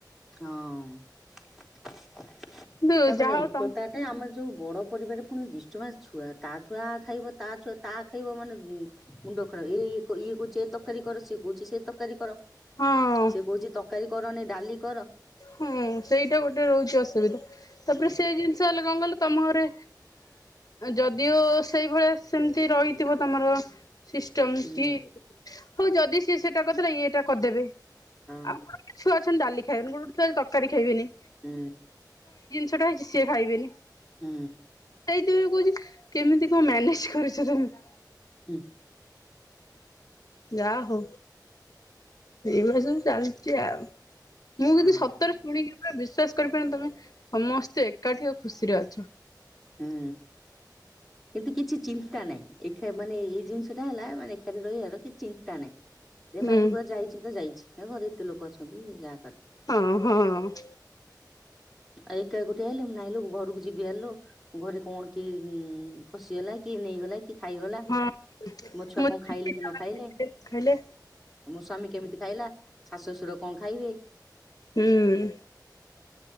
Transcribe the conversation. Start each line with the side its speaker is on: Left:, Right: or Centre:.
Centre: ହଁ ହଁ। ତାପରେ
Left: କିନ୍ତୁ ଯାହା
Centre: ଏକତା
Left: ହଉ ତମ
Centre: ଟା ଆମର ଯୋଉ ବଡ ପରିବାରରେ ପୁଣି ଡିଷ୍ଟର୍ବାନ୍ସ ଛୁଆ, ତା ଛୁଆ ଆ ଖାଇବ, ତା ଛୁଆ ତା ଖାଇବ ମାନେ ହୁଁ, ମୁଣ୍ଡ ଖରାପ, ଏଇ ଇଏ କହୁଛି ଏ ତରକାରୀ କର, ସିଏ କହୁଛି ସେ ତରକାରୀ କର।
Left: ହଁ
Centre: ସେ କହୁଛି ତରକାରୀ କରନି, ଡାଲି କର
Left: ହଁ, ସେଇଟା ଗୋଟେ ରହୁଛି ଅସୁବିଧା, ତାପରେ
Centre: ହୁଁ
Left: ସେ ଜିନିଷ ଅଲଗା। <unintelligible> ଙ୍ଗଲ ତମ ଘରେ ଯଦିଓ ସେଇଭଳିଆ ସେମିତି ରହିଥିବ, ତମର--ଅ ସିଷ୍ଟମ
Centre: ହୁଁ
Left: କି ହ ଉ ଯଦି ସିଏ ସେଟା କରିଦେଲେ ଇଏ ଏଇଟା କରିଦେବେ।
Centre: ହଁ
Left: ଆଉ ଗୋଟେ ଛୁଆ ଅଛନ୍ତି ଡାଲି ଖାଇବେନି, ଗୋଟେ ଛୁଆ ତରକାରୀ ଖାଇବେନି।
Centre: ହୁଁ।
Left: ସେଇଟା ହେଇଛିି ସିଏ ଖାଇବେନି।
Centre: ହୁଁ।
Left: ସେଇଥି ପାଇଁ କହୁଛି -କେମିତି କଣ ମ୍ୟାନେଜ କରିଛ ତମେ?
Centre: ହୁଁ।
Left: ଯା ହଉ। ଏଇଭଳି ସବୁ ଚାଲିଛି ଆଉ, ମୁଁ
Centre: ହଁ
Left: କିନ୍ତୁ ସତରେ ଶୁଣିକି ପୁରା ବିଶ୍ୱାସ କରିପାରୁନି ତମେ ସମସ୍ତେ ଏକାଠି, ଆଉ ଖୁସିରେ ଅଛ
Centre: ହୁଁ କିନ୍ତୁ କିଛି ଚିନ୍ତା ଚିନ୍ତା ନାଇଁ, ଏଇ ମାନେ ଏଇ ଜିନିଷ ଟା ହେଲା ମାନେ ଏକାଠି ରହିବାର କିଛି ଚିନ୍ତା ନାହିଁ। ଏ
Left: ହୁଁ
Centre: ମୁ ଆଜି କୁଆଡେ ଯାଇଛି ତ ଯାଇଛି, ଏ ଘରେ ଏତେ ଲୋକ ଅଛନ୍ତି ଯା
Left: ହଁ ହଁ।
Centre: ଆଉ ଏକା ଗୋଟିଏ ହେଲେ, ମୁ ନହିଁଲ ଘରକୁ ଯିବି ଆଣିଲୁ ଘରେ କଣ କି ଉ <unintelligible> ଫସିଗଲା, କି ନେଇଗଲା, କି ଖାଇଗଲା।
Left: ହଁ
Centre: ମୋ ଛୁଆ
Left: ମତେ
Centre: କଣ ଖାଇଲେ କି ନ ଖାଇଲେ,
Left: ଖାଇଲେ
Centre: ମୋ ସ୍ଵାମୀ କେମିତି ଖାଇଲା? ଶାଶୁ ଶଶୁର କଣ ଖାଇବେ?
Left: ହୁଁ।